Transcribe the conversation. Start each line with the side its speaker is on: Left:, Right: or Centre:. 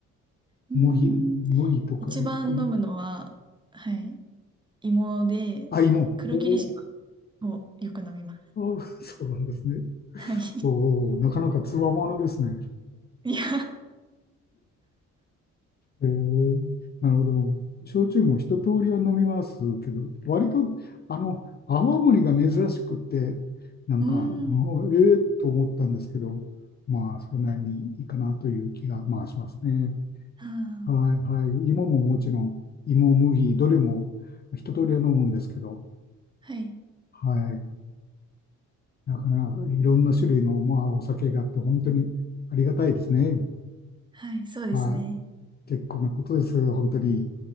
Right: うー
Left: 麦、
Right: ん。
Left: 麦とか、
Right: 一番飲むのは、
Left: え、ごめん。
Right: はい。芋で、
Left: あ、芋。
Right: 黒霧島
Left: おお
Right: をよく飲みます。
Left: ああ、そうなんですね。
Right: はい。
Left: おお、なかなかつわものですね。
Right: <laughs> いや、
Left: えー、なるほど。焼酎も一通りは飲みますけど、割と、あの、泡盛が珍しくって、なんか、
Right: うーん。
Left: うんええと思ったんですけど、まあ、それなりにいいかなという気が、まあ、しますね。
Right: はあ
Left: はい、はい。芋ももちろん、芋、麦、どれも一通りは飲むんですけど、
Right: はい。
Left: はい。なかなかいろんな種類の、まあ、お酒があって、本当にありがたいですね。
Right: はい。そうですね。
Left: はい。結構なことです、本当に。